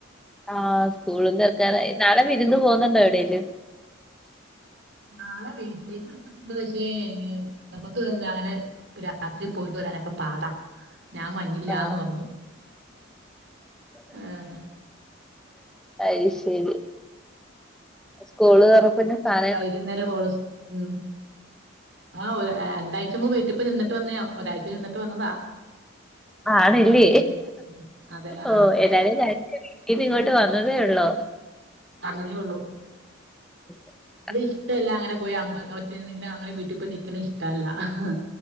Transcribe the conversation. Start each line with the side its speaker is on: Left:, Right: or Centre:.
Centre: ആഹ് സ്കൂളും തൊറക്കാറായി നാളെ വിരുന്ന് പോന്നുണ്ടോ എവിടേലും
Right: നാളെ വീട്ടിലേക്ക് വിളിച്ചിട്ടുണ്ട് പക്ഷേ നമുക്ക് എന്താ അങ്ങനെ രാത്രി പോയിട്ട് വരാനൊക്കെ പാടാ ഞാൻ വന്നില്ലന്ന്
Centre: ആ
Right: പറഞ്ഞു ഏഹ്
Centre: ഐശ്ശെരി സ്കൂള് തൊറ പിന്നെ സാന
Right: യ്ക്കുന്നേരംപോകൊള്ളൂ സ് ഉം ആഹ് ഒരു രണ്ടായ്ചമ്പോ വിട്ട് ഇപ്പൊ നിന്നിട്ട് വന്നെയ ഒരാഴ്ച നിന്നട്ട് വന്നതാ. എല്ലാരും
Centre: ആണില്ലേ
Right: കണ്ട് ഉം അതെ ആ
Centre: ഓഹ് എല്ലാരെയും കണ്ടു ഇത് ഇങ്ങോട്ട് വന്നതേ ഒള്ളോ?
Right: വന്നതെയൊള്ളൂ
Centre: പൊയ്ക്ക
Right: ഇ ഇഷ്ടല്ല അങ്ങനെ പോയി ഒറ്റെങ്കില അങ്ങനെ വീട്ടി പോയി നിക്കുന്നെഇഷ്ടല്ല ആഹ്